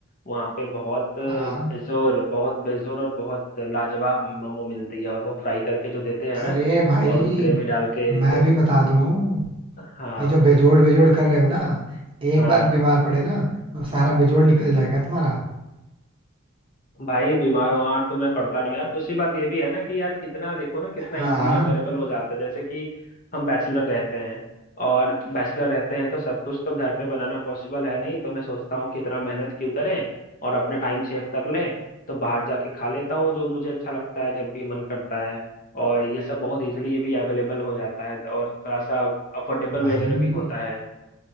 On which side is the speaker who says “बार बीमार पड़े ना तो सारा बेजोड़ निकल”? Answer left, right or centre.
Right